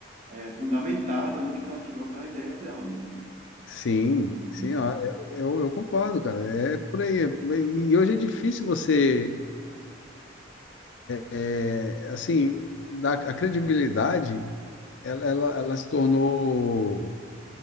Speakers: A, on the right; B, on the left.
A: é, fundamentada onde que ela tirou aquela ideia dela, né?
B: sim,
A: Uhum.
B: sim, ó, eu, eu, eu concordo, cara. É por aí. É- e hoje é difícil você é, assim, da, a credibilidade, ela, ela, ela se tornou,